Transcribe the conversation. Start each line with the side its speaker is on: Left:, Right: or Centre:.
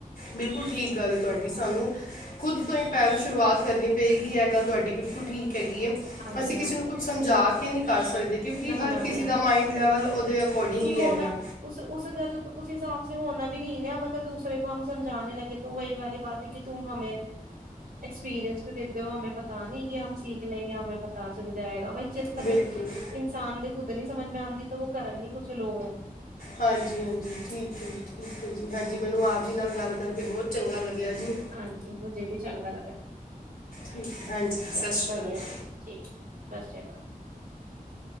Left: ਬਿਲਕੁਲ ਠੀਕ। ਗੱਲ ਤੁਹਾਡੀ ਸਾਨੂੰ ਖੁਦ ਤੋਂ ਹੀ ਪਹਿਲ ਸ਼ੁਰੂਆਤ ਕਰਨੀ ਪਏਗੀ ਇਹ ਗੱਲ ਤੁਹਾਡੀ ਬਿਲਕੁਲ ਠੀਕ। ਹੈਗੀ ਹੈ
Right: ਹਾਂਜੀ
Left: ਅਸੀਂ ਕਿਸੇ
Right: ਹਾਂਜੀ
Left: ਨੂੰ ਕੁਛ ਸਮਝਾ ਕੇ ਨਹੀਂ ਕਰ ਸਕਦੇ ਕਿਉਂਕਿ
Right: ਨਾ
Left: ਹਰ
Right: ਨਾ
Left: ਕਿਸੇ ਦਾ ਮਾਇੰਡ ਲੈਵਲ ਉਹਦੇ ਅਕੋਰਡਿੰਗ
Right: ਨਹੀਂ
Left: ਹੀ
Right: ਹੋਣਾ
Left: ਹੈਗਾ
Right: ਉਸ ਉਸ ਗੱਲ ਉਸ ਹਿਸਾਬ ਹੋਣਾ ਵੀ ਨਹੀਂ ਅਗਰ ਦੂਸਰੇ ਕੋ ਹੂ ਸਮਝਾਣੇ ਲਗੇ ਤਾਂ ਵਹੀ ਵਾਲੀ ਬਾਤ ਹੈ ਕਿ ਤੁਮ ਹੂ ਐਕਸਪੀਰੀਅੰਸ ਵੀ ਦਿੰਦੇ ਹੋ ਹਂ ਪਤਾ ਨੀ ਕਿਮ ਸਿੱਖ ਲੈਂ। ਪਤਾ ਚੱਲ ਜਾਏਗਾ ਬਾਈ ਜਿੱ ਤੱਕ
Left: ਬਿਲਕੁਲ
Right: ਇਨਸਾਨ ਦੇ ਖੁੱਦ ਨੀ ਸਮਝ ਮੈਂ ਆਉਂਦੀ ਤਾਂ ਉਹ ਕਰਨ ਦੀ ਕੁਛ ਲੋੜ ਹੈ।
Left: ਹਾਂਜੀ ਹਾਂਜੀ ਠੀਕ ਹੈ ਜੀ। ਠੀਕ ਹੈ ਜੀ ਹਾਂਜੀ ਮੈਨੂੰ ਆਪ ਜੀ ਨਾਲ ਗੱਲ ਕਰਕੇ ਬਹੁਤ ਚੰਗਾ ਲੱਗਿਆ ਜੀ।
Right: ਹਾਂਜੀ ਮੁਝੇ ਵੀ ਚੰਗਾ
Left: ਠੀਕ ਹੈ ਹਾਂਜੀ
Right: ਚਲੋ
Left: ਸਤਿ ਸ਼੍ਰੀ
Right: ਵਧੀਆ
Left: ਅਕਾਲ ਜੀ
Right: ਵਧੀਆ ਠੀਕ ਸਤਿ ਸ਼੍ਰੀ ਅਕਾਲ।